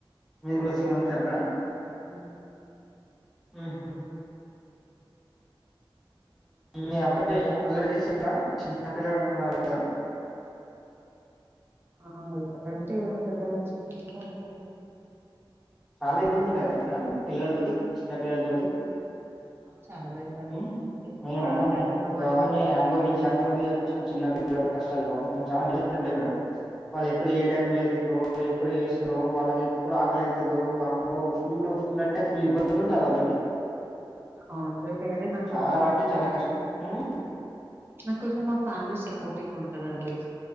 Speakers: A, in the centre; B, on the right (about 25°).
A: మీది కూడ సేమ్ అంతేన మేడం
B: మ్
A: మ్ హు మీ అబ్బాయి అల్లరి చేస్తాడ చిన్న పిల్లలు అంటున్నారు కదా
B: ఆడంటే పెద్దగా చిన్న పిల్లాడు అండి
A: చాలా ఇబ్బంది ఉంటాయి కదా మేడం పిల్లలతోటి చిన్న పిల్లలతోటి
B: ఆ, చాలా ఇబ్బంది
A: మ్
B: ఉందండి.
A: మీ
B: ఇప్పటి
A: అమ్మ
B: వరకయితే మా వాడు
A: అవన్నీ అనుభవించా వచ్చ మా చిన్న పిల్లల కష్టాలు వామ్మో చాలా డిస్ అంటే మేడం వాళ్ళు ఎప్పుడు ఏ టైంలో లేస్తారో ఎప్పుడు లేస్తారో వాళ్ళకి ఎప్పుడు ఆకలి అయితదో వామ్మో ఫుల్ ఫుల్ అంటే ఫుల్ ఇబ్బందిలు ఉంటయ్ ఆళ్ళతోటి
B: అవును లేదు గాని నాకు
A: చాలా
B: సంవత్సరం
A: అంటే చాలా కష్టం ఉమ్,
B: నా కోసం మా ఫ్యామిలీ స పోర్టింగ్ ఉంటంది అండి